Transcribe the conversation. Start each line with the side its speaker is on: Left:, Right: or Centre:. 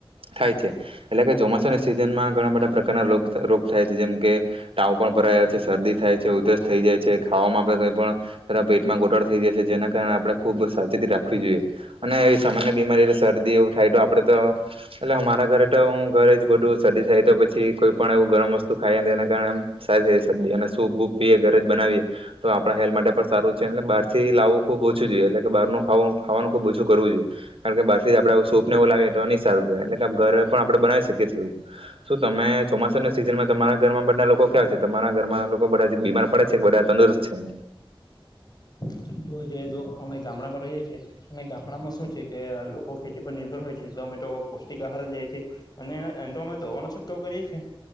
Right: થાય છે એટલે કે ચોમાસાની સિઝનમાં ઘણા બધા પ્રકારના રગ રોગ થાય છે જેમ કે તાવ પણ ભરાયો. શરદી થાય છે, ઉધરસ થઈ જાય છે ખાવામાં આપણે કઈ પણ એના પેટમાં ગોટાડ થઈ જાય છે. જેના કારણે આપણે ખૂબ સાવચેતી રાખવી જોઈએ. અને એવી સામાન્ય બીમારી સ શરદી એવું થાય તો આપડે તો એટલે અમારા ઘરે તો હું ઘરે જ બધું શરદી થાય તો પછી કોઈ પણ એવું ગરમ વસ્તુ ખાઈ ને તેના કારણેમ સારી શરદી અને સૂપ બૂપ પીએ ઘરે જ બનાવીએ તો આપણા હેલ્થ માટે પણ સારું છે એટલે બહારથી લાવવું ખુબ ઓછું જોઈએ એટલે કે બારનું ખાવું ખાવાનું ખુબ ઓછું કરવું જોઈએ કારણ કે બાર જ આપણે સૂપ ને એવું લાવીએ તો ની સારું કેવાય એટલે કે ઘરે પણ આપણે બનાવી શકીએ છીએ. શું તમે ચોમાસાની સિઝનમાં તમારા ઘરમાં બઘા લોકો ક્યાં છે? તમારા તમારા લોકો બધા જે બીમાર પડે છે બધા તંદુરસ્ત છે એમ.
Left: <inaudible> અમે ગામડામાં રહીએ છીએ અને ગામડામાં શું છે કે લોકો ખેતી પર નિર્ભર હોય છે એટલે અમે તો પૌષ્ટિક આહાર જ લે છીએ અને એમ તો અમે દવાનો છતો કરીએ છે